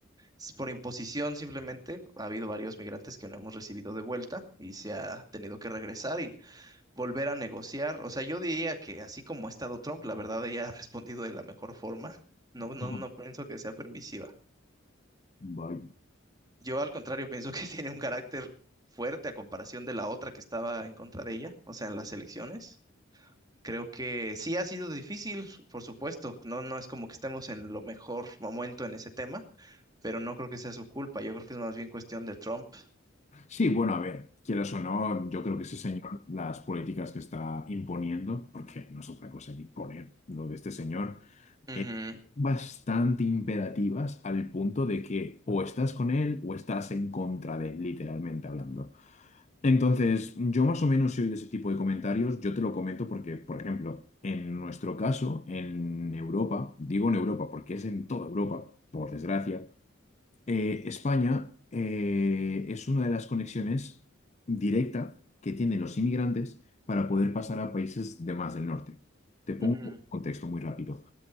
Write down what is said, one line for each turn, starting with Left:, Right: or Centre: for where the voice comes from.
Right: es por imposición simplemente ha habido varios migrantes que no hemos recibido de vuelta y se ha tenido que regresar y volver a negociar. O sea, yo diría que así como ha estado Trump, la verdad ella ha <laughs> respondido de la mejor forma. No, no,
Left: No.
Right: no pienso que sea permisiva.
Left: Vaya.
Right: Yo al contrario pienso que <laughs> tiene un carácter fuerte a comparación de la otra que estaba en contra de ella, o sea, en las elecciones. Creo que sí ha sido difícil, por supuesto. No, no es como que estemos en lo mejor momento en ese tema, pero no creo que sea su culpa. Yo creo que es más bien cuestión de Trump.
Left: Sí, bueno, a ver, quieras o no, yo creo que ese señor, las políticas que está imponiendo, porque no es otra cosa que imponer lo de este señor,
Right: Ujú,
Left: es bastante imperativas al punto de que o estás con él o estás en contra de él, literalmente hablando. Entonces, yo más o menos soy de ese tipo de comentarios, yo te lo comento porque, por ejemplo, en nuestro caso, en Europa, digo en Europa porque es en toda Europa, por desgracia, eh, España eh, es una de las conexiones directa que tienen los inmigrantes para poder pasar a países de más del norte. Te pongo
Right: ujú.
Left: un contexto muy rápido.